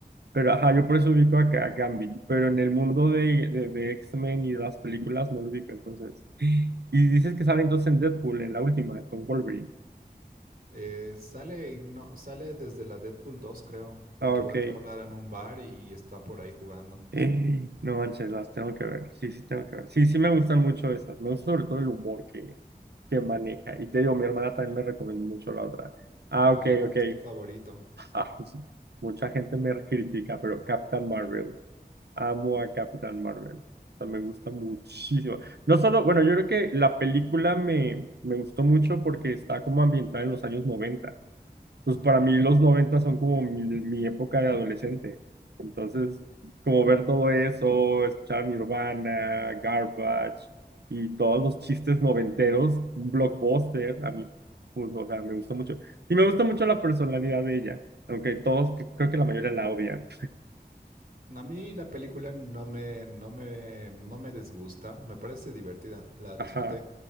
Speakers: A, on the right; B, on the right.
A: Pero ajá, yo por eso ubico acá a Gambit, pero en el mundo de, de, de X-Men y de las películas no lo ubico, entonces. <gasps> Y dices que sale entonces en Deadpool, en la última, con Wolverine.
B: Eh, sale, no, sale desde la Deadpool dos, creo, porque
A: Ah, ok.
B: van
A: <laughs>
B: creo, a hablar en un bar y, y está por ahí jugando.
A: Eh, No manches, las tengo que ver. Sí, sí, tengo que ver. Sí, sí, me gustan mucho esas. Me gusta sobre todo el humor que, que maneja. Y te digo, mi hermana también me recomendó mucho la otra. Ah,
B: Oye,
A: ok,
B: ¿cuál
A: ok.
B: es tu favorito?
A: Ah, <laughs> sí. Mucha gente me critica, pero Captain Marvel. Amo a Capitán Marvel. O sea, me gusta muchísimo. No solo, bueno, yo creo que la película me, me gustó mucho porque está como ambientada en los años 90. Pues
B: Ajá.
A: para mí los 90 son como mi, mi época de adolescente. Entonces, como ver todo eso, escuchar Nirvana, Garbage y todos los chistes noventeros, un blockbuster, a mí, pues, o sea, me gusta mucho. Y me gusta mucho la personalidad de ella, aunque todos, creo que la mayoría la odian.
B: A mí la película no me, no me, no me disgusta, me parece divertida, la
A: Ajá.
B: disfruté.